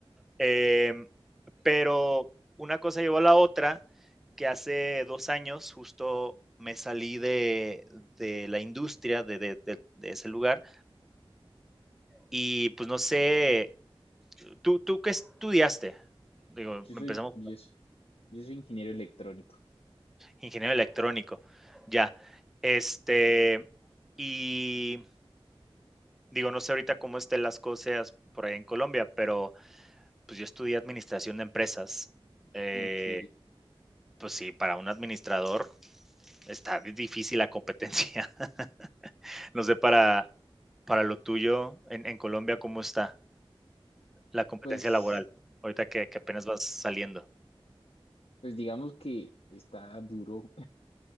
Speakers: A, in the centre; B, on the left.
A: Em, pero una cosa llevó a la otra, que hace 2 años justo me salí de de la industria, de de de de ese lugar, y, pues, no sé, ¿tú tú qué estudiaste? Digo,
B: Yo soy,
A: empezamos
B: yo, s- yo soy ingeniero electrónico.
A: ingeniero electrónico, ya. Este, y Digo, no sé ahorita cómo estén las cosas por allá en Colombia, pero pues yo estudié administración de empresas. Eh,
B: Ok.
A: pues sí, para un administrador está di- difícil la competencia. <laughs> No sé para, para lo tuyo en, en Colombia cómo está la competencia
B: Pues,
A: laboral, ahorita que, que apenas vas saliendo.
B: pues digamos que está duro